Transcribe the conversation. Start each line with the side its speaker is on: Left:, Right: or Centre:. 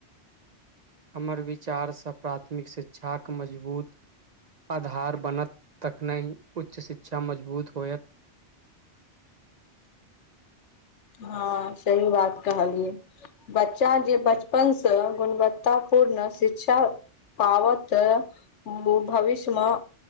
Right: हमर विचारसँ प्राथमिक शिक्षाक मजबूत आधार बनत तखनहि उच्च शिक्षा मजबूत होयत।
Left: हाँ सही बात कहलियै। बच्चा जे बचपन सऽ गुणवत्तापूर्ण शिक्षा। पावतऽओ भविष्य मऽ